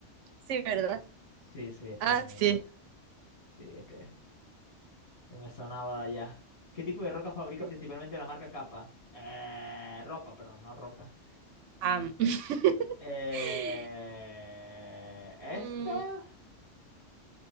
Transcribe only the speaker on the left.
Sí, sí, Estados
Unidos.
Sí, es que no me sonaba de allá. ¿Qué tipo de roca fabrica
principalmente la marca Capa? Eh, ropa, perdón, no roca.
Eh, ¿esta?